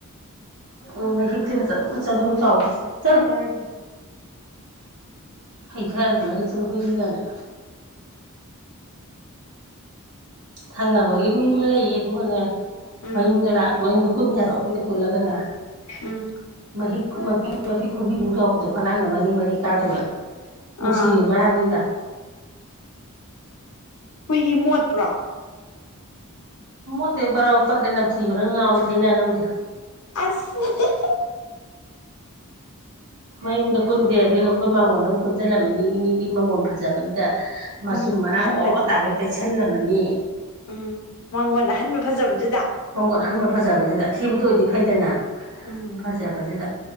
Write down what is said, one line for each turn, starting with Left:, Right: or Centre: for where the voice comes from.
Right: ꯎꯝ ꯃꯍꯤꯛꯁꯤꯅ ꯆꯗꯨꯝ ꯆꯗꯨꯝ ꯆꯥꯎꯈꯩ ꯆꯠꯂꯨ ꯍꯩꯊꯔꯃꯦ <unintelligible> ꯍꯨꯏꯅꯤ ꯀꯥꯏꯅ ꯊꯪꯅꯕꯒꯤ ꯍꯨꯏ ꯑꯃ ꯂꯩꯌꯦ ꯑꯗꯨꯒꯅꯦ
Left: ꯎꯝ
Right: ꯃꯌꯨꯝꯗ ꯂ ꯃꯌꯨꯝꯗ ꯀꯨꯟꯗꯦꯕ ꯑꯩꯈꯣꯏꯗ ꯀꯨꯜꯂꯒꯅꯦ
Left: ꯎꯝ
Right: ꯃꯍꯤꯛ ꯃꯄꯤ-ꯃꯄꯤ ꯈꯨꯕꯤꯃꯨꯛ ꯆꯥꯎꯕꯗꯣ ꯐꯂꯥꯡꯗ ꯃꯔꯤ-ꯃꯔꯤ ꯆꯥꯗꯣꯏꯕ ꯅꯨꯡꯁꯤꯔꯤꯕ
Left: ꯑꯥ
Right: ꯍꯥꯏꯕꯅꯤꯗ
Left: ꯍꯨꯏꯒꯤ ꯃꯣꯠꯄ꯭ꯔꯣ
Right: ꯃꯣꯠꯇꯦ ꯕꯥꯔꯥ ꯕꯥꯔꯥ ꯄꯠꯂꯦ ꯅꯝꯊꯤꯕꯅ ꯉꯥꯎꯋꯤ ꯊꯩꯅ ꯉꯝꯗꯦ
Left: ꯑꯁ <unintelligible>
Right: ꯃꯌꯨꯝꯗ ꯀꯨꯟꯗꯦ ꯑꯗꯒꯤ ꯑꯈꯣꯏ ꯃꯥꯡꯒꯣꯟꯗ ꯑꯃꯨꯛ ꯀꯨꯟꯖꯤꯟꯂꯝꯃꯅꯤ ꯃꯤꯒꯤ ꯃꯥꯡꯒꯣꯟ ꯐꯖꯕꯁꯤꯗ ꯃꯆꯨꯝ
Left: ꯎꯝ
Right: ꯃꯔꯥꯡ
Left: ꯑꯍꯟꯕꯗꯨꯗ
Right: ꯑꯣꯔꯣ ꯇꯥꯒꯩ ꯇꯩꯁꯜꯂꯝꯃꯅꯤ
Left: ꯎꯝ ꯃꯥꯡꯒꯣꯟ ꯑꯍꯟꯕ ꯐꯖꯕꯗꯨꯗ
Right: ꯃꯥꯡꯒꫭꯟ ꯑꯍꯟꯕ ꯐꯖꯕꯁꯤꯗ ꯑꯊꯤꯕꯗ ꯑꯣꯏꯗꯤ ꯐꯩꯗꯅ
Left: ꯎꯝ
Right: ꯐꯖꯕꯁꯤꯗ